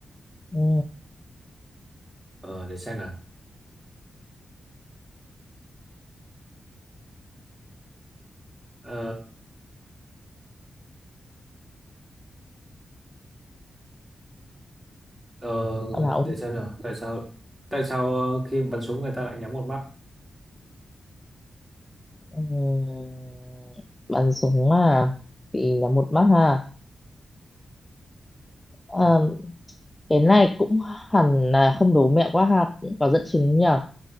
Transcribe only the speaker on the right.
Ờ, để xem nào. Ờ, ờ,
để xem nào. Tại sao tại sao ờ, khi bắn súng người ta lại nhắm một mắt?
Ừ.